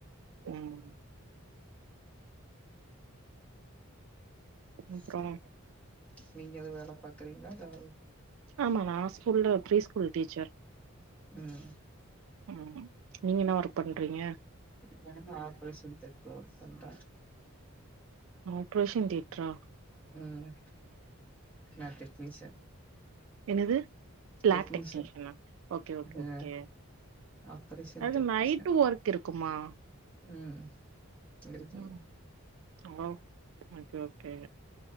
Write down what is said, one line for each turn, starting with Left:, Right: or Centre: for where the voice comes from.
Right: ம் அப்றோ
Centre: சரிங்க நீங்க எது வேல பாக்குறீங்ளா இல்ல ஹவ்
Right: ஆமா நா ஸ்கூல்ல ப்ரீ ஸ்கூல் டீச்சர்
Centre: ம்
Right: ம் நீங்க என்னா ஒர்க் பண்றீங்க
Centre: நா என்ன ஆப்ரேஷன் தேட்டர்ல ஒர்க் பண்ற
Right: ஆப்ரேஷன் தேட்ரா
Centre: ம் நா டெக்னிஷன்
Right: என்னது லேப்
Centre: டெக்னீஷியன்
Right: டெக்னீஷனா ஓகே ஓகே
Centre: அ
Right: ஓகே
Centre: ஆப்ரேஷன்
Right: அது
Centre: டெக்னீஷியன்
Right: நைட்டு் ஒர்க் இருக்குமா
Centre: ம் இருக்குங்க
Right: ம் ஓகே ஓகே